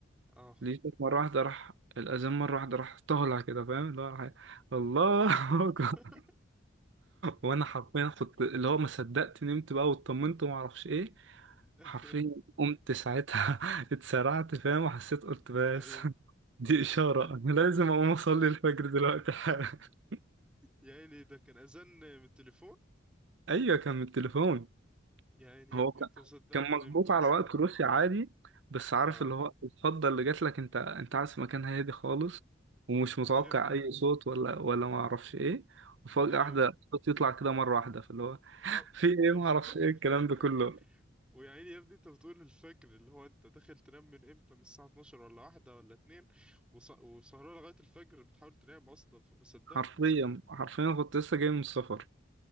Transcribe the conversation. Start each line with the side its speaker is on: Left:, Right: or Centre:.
Centre: اه
Right: لقيتك مره واحده راح الاذان مره واحده راح طالع كده فاهم اللي هو راح- إيه، الله <laughs>
Centre: <laughs>
Right: وانا حرفيا كنت اللي هو ما صدقت نمت بقى واطمنت وما اعرفش ايه
Centre: ايوه
Right: حرفيا قمت ساعتها <laughs> اتسرعت فاهم وحسيت قلت بس
Centre: ايوه
Right: <laughs> دي اشاره
Centre: ده لا.
Right: انا لازم اقوم اصلي الفجر دلوقتي حالا <laughs>
Centre: يا عيني ده كان اذان من التليفون
Right: ايوه كان من التليفون
Centre: يا عيني
Right: هو
Centre: يا ابني
Right: كان
Centre: انت ما صدقت
Right: كان مظبوط
Centre: نمت اصلا
Right: على وقت روسيا عادي بس عارف
Centre: اه
Right: اللي هو الفضه اللي جات لك انت انت عارف مكان هادي خالص ومش متوقع
Centre: ايوه
Right: اي صوت ولا ولا ما اعرفش ايه وفجاه
Centre: ايوه
Right: واحده الصوت يطلع كده مره واحده فاللي هو <laughs>
Centre: لا
Right: في
Centre: و-
Right: ايه ما
Centre: <laughs>
Right: اعرفش ايه الكلام ده كله
Centre: ويا عيني يا ابني انت بتقول الفجر اللي هو انت داخل تنام من امتى من الساعه 12 ولا واحدة ولا اتنين وص... وسهران لغايه الفجر بتحاول تنام اصلا فما صدقت
Right: حرفيا حرفيا كنت لسه جاي من السفر